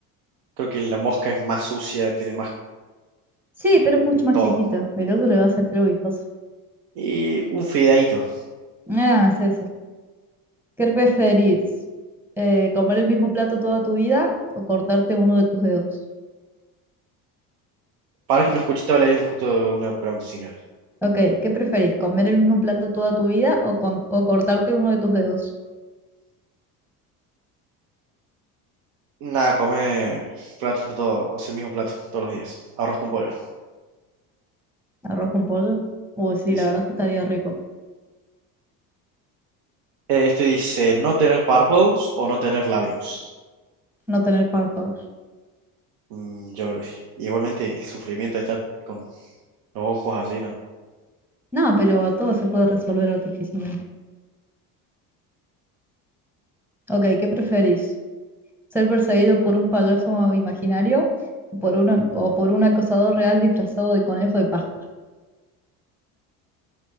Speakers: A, on the right; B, in the centre.
A: Creo que la mosca es más sucia, tiene más
B: Sí, pero es mucho más
A: todo.
B: chiquita. El otro le va a sentir vistoso.
A: Y un fideíto.
B: Ah, sí, sí. ¿Qué preferís? Eh, ¿comer el mismo plato toda tu vida o cortarte uno de tus dedos?
A: Para que no escuché, estaba leyendo justo una pregunta sin querer.
B: Ok, ¿qué preferís? ¿Comer el mismo plato toda tu vida o, con- o cortarte uno de tus dedos?
A: Nada, come plato todo, o sea, el mismo plato todos los días. Arroz con pollo.
B: ¿Arroz con pollo? Uy, sí,
A: Y
B: la
A: sí.
B: verdad es que estaría rico
A: Eh, este dice, no tener párpados o no tener labios.
B: no tener párpados.
A: Mm, yo creo que sí. Y igualmente el sufrimiento de estar con los ojos así, ¿no?
B: No, pero todo se puede resolver artificialmente. Ok, ¿qué preferís? ¿Ser perseguido por un payaso imaginario o por una- o por un acosador real disfrazado de conejo de Pascua?